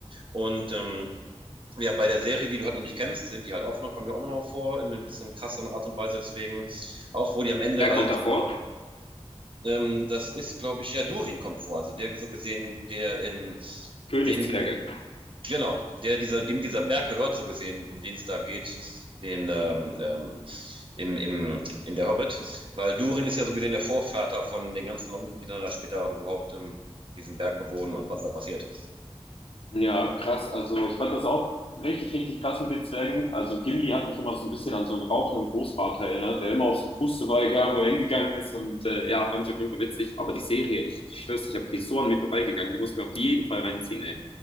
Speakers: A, on the right; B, on the left.
A: Und ähm, ja, bei der Serie, die du halt noch nicht kennst, sind die halt auch noch, kommen ja auch noch vor in ein bisschen krasseren Art und Weise. Deswegen, auch wo die am Ende
B: Wer
A: halt,
B: kommt davor?
A: ähm, das ist, glaube ich, ja, Durin kommt vor. Also der so gesehen, der in
B: Königszwerge.
A: dem Genau, der dieser, dem dieser Berg gehört, so gesehen, um den es da geht, den ähm, ähm, im, im, in der Hobbit. Weil Durin ist ja so gesehen der Vorvater von den ganzen Leuten, die dann da später überhaupt ähm, diesen Berg bewohnen und was da passiert.
B: Ja, krass. Also ich fand das auch richtig, richtig krass mit den Zwergen. Also Gimli hat mich immer so ein bisschen an so einen rauchenden Großvater erinnert, der immer auf so Puste war, egal wo er hingegangen ist. Und äh, ja, fand ich auf jeden Fall witzig. Aber die Serie, ich schwör's, ich habe die ist so an mir vorbeigegangen. Die muss mir auf jeden Fall reinziehen, ey.